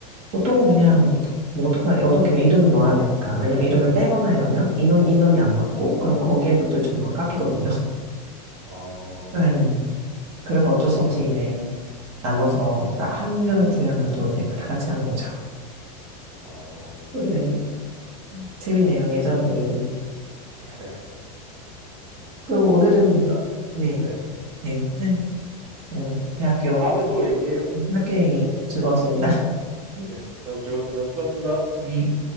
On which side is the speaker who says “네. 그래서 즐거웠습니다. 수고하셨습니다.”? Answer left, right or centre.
Right